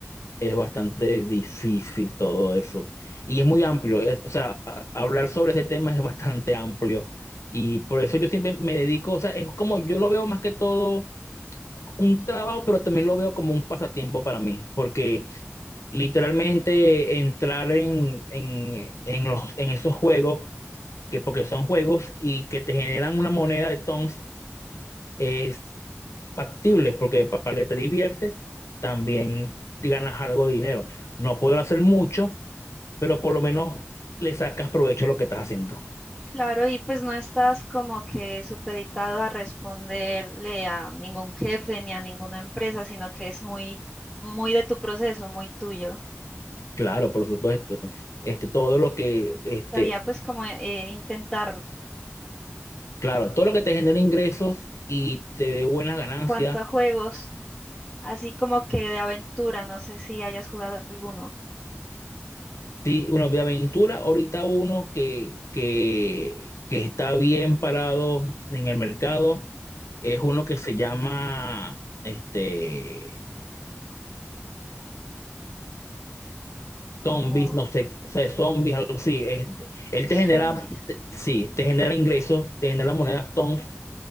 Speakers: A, on the left; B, in the centre.
A: es bastante difícil todo eso. Y es muy amplio, es- o sea, a- hablar sobre ese tema es bastante amplio. Y por eso yo siempre me dedico, o sea, es como yo lo veo más que todo un trabajo, pero también lo veo como un pasatiempo para mí, porque literalmente entrar en, en, en los, en esos juegos, que porque son juegos y que te generan una moneda de tons, es factible, porque pa- para que te diviertes también ganas algo de dinero. No puedo hacer mucho, pero por lo menos le sacas provecho a lo que estás haciendo.
B: Claro, y pues no estás como que supeditado a responderle a ningún jefe ni a ninguna empresa, sino que es muy, muy de tu proceso, muy tuyo.
A: Claro, por supuesto. Este, todo lo que este,
B: Estaría pues como eh, intentar
A: Claro, todo lo que te genera ingresos y te dé buenas ganancias.
B: cuanto a juegos, así como que de aventura, no sé si hayas jugado alguno,
A: Sí, bueno, de aventura, ahorita uno que, que, que está bien parado en el mercado es uno que se llama este,
B: como
A: Zombies, no sé, o sea, Zombies, algo así. es- él te genera,
B: zombies,
A: te- sí, te genera ingresos, te genera monedas tons,